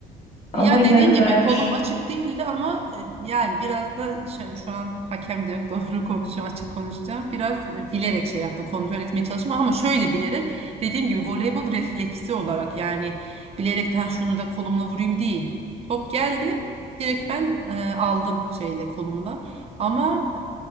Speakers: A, on the left; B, on the right.
A: Ama
B: Ya
A: yine
B: dediğin
A: de
B: gibi
A: vermiş.
B: kolum açık değildi ama e, yani biraz da şu, şu an hakem de yok <laughs> doğru konuşacağım açık konuşacağım. Biraz e, bilerek şey yaptım kontrol etmeye çalıştım ama şöyle bilerek dediğim gibi voleybol refleksi olarak yani bilerekten şunu da kolumla vurayım değil. Top geldi direkt ben e, aldım şeyle kolumla ama